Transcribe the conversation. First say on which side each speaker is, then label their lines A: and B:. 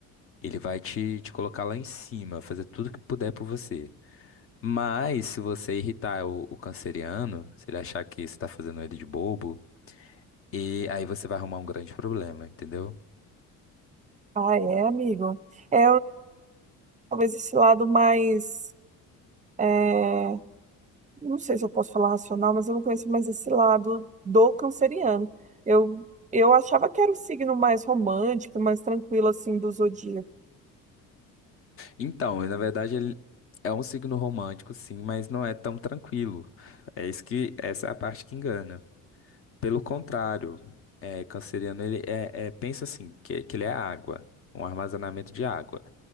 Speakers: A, on the left; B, on the right.
A: ele vai te, te colocar lá em cima, fazer tudo que puder por você. Mas, se você irritar o, o canceriano, se ele achar que você está fazendo ele de bobo, e aí você vai arrumar um grande problema, entendeu?
B: Ah, é, amigo. É talvez esse lado mais. é, Não sei se eu posso falar racional, mas eu não conheço mais esse lado do canceriano. Eu, eu achava que era o signo mais romântico, mais tranquilo assim do zodíaco.
A: Então, na verdade, ele é um signo romântico, sim, mas não é tão tranquilo. É isso que, essa é a parte que engana. Pelo contrário, é, canceriano, ele é, é- pensa assim, que, que ele é água, um armazenamento de água.